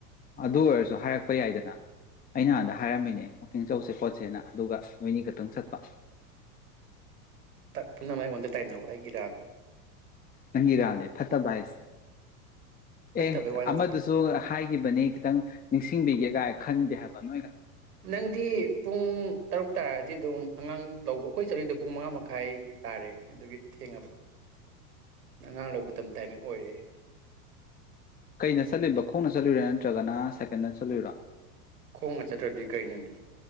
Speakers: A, on the left; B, on the right.
A: ꯑꯗꯨ ꯑꯣꯏꯔꯁꯨ ꯍꯥꯏꯔꯛꯄ ꯌꯥꯏꯗꯅ ꯑꯩ ꯅꯍꯥꯟꯗ ꯍꯥꯏꯔꯝꯃꯤꯅꯦ ꯋꯥꯛꯀꯤꯡ ꯆꯧꯁꯦ ꯈꯣꯠꯁꯦꯅ ꯑꯗꯨꯒ ꯅꯣꯏꯅꯤ ꯈꯛꯇꯪ ꯆꯠꯄ
B: ꯎ ꯄꯨꯝꯅꯃꯛ ꯑꯩꯉꯣꯟꯗ ꯇꯥꯏꯅꯧ ꯑꯩꯒꯤ ꯏꯔꯥꯡꯅꯦ
A: ꯅꯪꯒꯤꯔꯥꯜꯅꯦ ꯐꯠꯇꯕ ꯍꯥꯏꯁꯦ
B: ꯐꯠꯇꯕꯩ
A: ꯑꯦ
B: ꯋꯥ ꯅꯠꯇꯦꯗ
A: ꯑꯃꯗꯨꯁꯨ ꯍꯥꯏꯈꯤꯕꯅꯤ ꯈꯤꯇꯪ ꯅꯤꯡꯁꯤꯡꯕꯤꯒꯦꯒꯥꯏ ꯈꯥꯟꯗꯦ ꯍꯥꯏꯕ ꯅ
B: ꯅꯪꯗꯤ ꯄꯨꯡ ꯇꯔꯨꯛ ꯇꯥꯔꯗꯤ ꯑꯗꯨꯝ ꯑꯉꯥꯡ ꯂꯧꯕ ꯑꯩꯈꯣꯏ ꯆꯔꯤꯗ ꯄꯨꯡ ꯃꯉꯥ ꯃꯈꯥꯏ ꯇꯥꯔꯦ ꯀꯒꯤ ꯊꯦꯡꯉꯕ ꯑꯉꯥꯡ ꯂꯧꯕ ꯃꯇꯝ ꯇꯥꯏꯃꯤꯡ ꯑꯣꯏꯔ
A: ꯀꯩꯗ ꯆꯠꯂꯤꯕ ꯈꯣꯡꯅ ꯆꯠꯂꯨꯔꯥ ꯅꯠꯇ꯭ꯔꯒꯅ ꯁꯥꯏꯀꯜꯗ ꯆꯂꯔ
B: ꯈꯣꯡꯅ ꯆꯠꯇ꯭ꯔꯗꯤ ꯀꯩꯅꯣꯅꯦ